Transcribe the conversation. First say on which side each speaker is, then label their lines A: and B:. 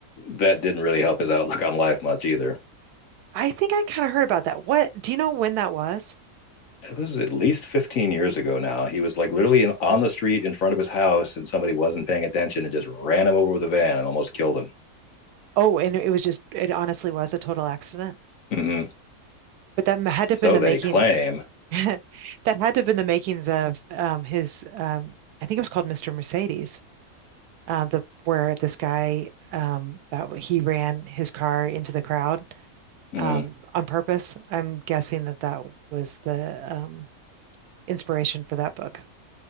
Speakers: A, on the left (about 65°); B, on the right (about 85°).
A: that didn't really help his outlook on life much either.
B: I think I kind of heard about that. What do you know when that was?
A: It was at least 15 years ago now. He was like literally in, on the street in front of his house, and somebody wasn't paying attention and just ran him over with a van and almost killed him.
B: Oh, and it was just, it honestly was a total accident.
A: hmm
B: But that m- had
A: So
B: to have been the
A: they
B: making,
A: claim.
B: <laughs> that had to have been the makings of um, his, um, I think it was called Mr. Mercedes, uh, the where this guy um, that w- he ran his car into the crowd
A: Mm-hmm.
B: um, on purpose. I'm guessing that that was the um, inspiration for that book.